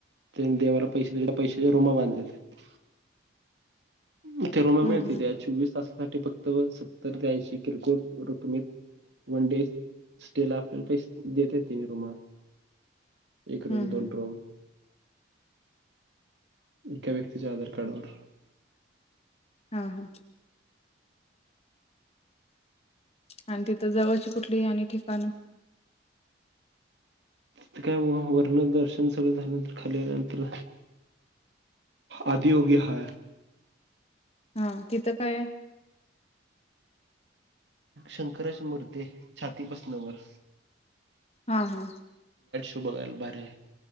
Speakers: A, on the right; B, on the left.
A: तेन देवाला पैसे पैशाच्या रुमा बांधलेत. इथे रूमा
B: हम्म
A: मिळत्यता
B: हम्म
A: चोवीस तास साठी फक्त सत्तर ते ऐंशी क्रिकेट रुकमित वन डे स्टे ला आपल पैसे देत ति रुमा एक रूम,
B: हम्म
A: दोन
B: हम्म
A: रूम एका व्यक्तीच्या आधार कार्डवर
B: हा हा. आणि तिथं जवळची कुठली आणि ठिकाणं?
A: ति काय वरन दर्शन सगळं झाल्यानंतर खालील्यानंतर आधियोगी हाय.
B: हा तिथं काय आहे?
A: शंकरराज मूर्ती हाय छाती प्रसन्न.
B: हा हा.
A: बघायला भारीय.